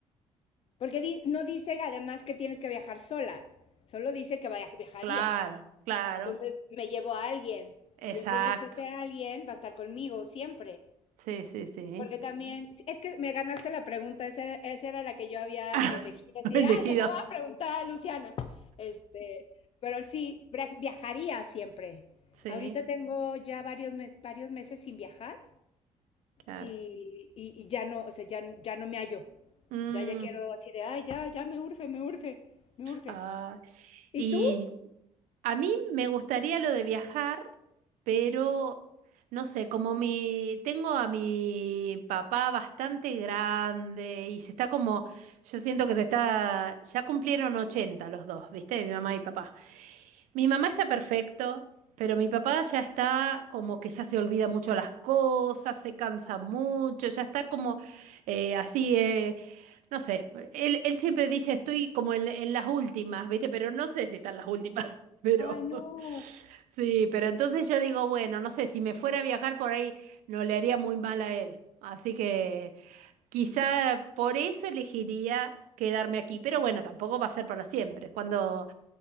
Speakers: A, on the left; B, on the right.
A: Porque di- no dice además que tienes que viajar sola, solo dice que vaya- viajarías.
B: Claro, claro.
A: Entonces me llevo a alguien
B: Exacto.
A: y entonces ese alguien va a estar conmigo siempre.
B: Sí, sí, sí.
A: Porque también, sí, es que me ganaste la pregunta, esa, esa era la que yo había
B: <laughs>
A: elegido, así,
B: <laughs> elegido.
A: de, ah, se lo va a preguntar a Luciana. Este, pero sí, bra- viajaría siempre.
B: Sí,
A: Ahorita tengo ya varios, mes- varios meses sin viajar
B: claro.
A: y, y- y ya no, o sea, ya, ya no me hallo.
B: Mm,
A: Ya, ya quiero así de, ay, ya, ya me urge, me urge, me urge.
B: ah,
A: ¿Y
B: y
A: tú?
B: A mí me gustaría lo de viajar, pero no sé, como mi, tengo a mi papá bastante grande y se está como, yo siento que se está, ya cumplieron 80 los dos, ¿viste? Mi mamá y papá. Mi mamá está perfecto, pero mi papá ya está como que ya se olvida mucho las cosas, se cansa mucho, ya está como eh, así, eh, no sé. Él, él siempre dice, estoy como en, en las últimas, ¿viste? Pero no sé si están las últimas. Pero
A: Ay, no.
B: <laughs> sí, pero entonces yo digo, bueno, no sé, si me fuera a viajar por ahí, no le haría muy mal a él. Así que quizá por eso elegiría quedarme aquí, pero bueno, tampoco va a ser para siempre. Cuando,